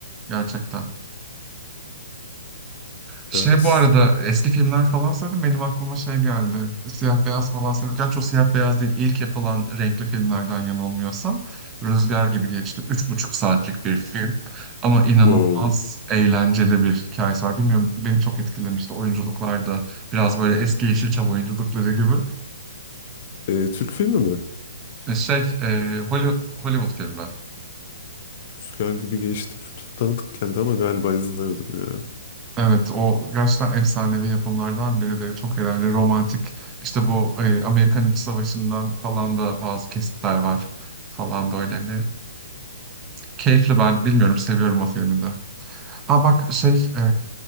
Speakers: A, on the right; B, on the left.
A: Gerçekten. Şey
B: Evet.
A: bu arada eski filmler falan söyledim benim aklıma şey geldi. Siyah beyaz falan söyledim. Gerçi o siyah beyaz değil İlk yapılan renkli filmlerden yanılmıyorsam. Rüzgar gibi geçti. Üç buçuk saatlik bir film. Ama inanılmaz
B: Wow.
A: eğlenceli bir hikayesi var. Bilmiyorum beni çok etkilemişti. Oyunculuklar da biraz böyle eski Yeşilçam oyunculukları gibi.
B: Ee, Türk filmi mi?
A: E, Şey e, Holly- Hollywood filmi.
B: Rüzgar gibi geçti. Çok tanıdık geldi ama galiba izlemedim ya.
A: Evet, o gerçekten efsanevi yapımlardan birileri. Çok eğlenceli, romantik. İşte bu e, Amerikan İç Savaşı'ndan falan da bazı kesitler var falan böyle. Hani keyifli ben bilmiyorum, seviyorum o filmi de. Ha bak şey, e,